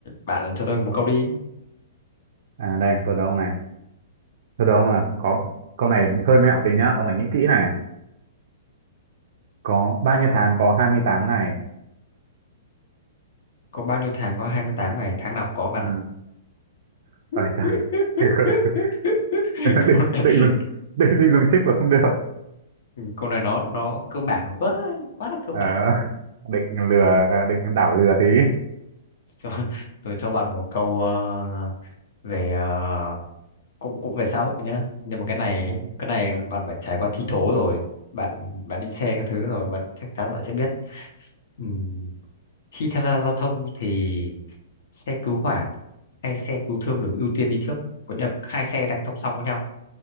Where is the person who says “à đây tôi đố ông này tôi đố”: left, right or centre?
Right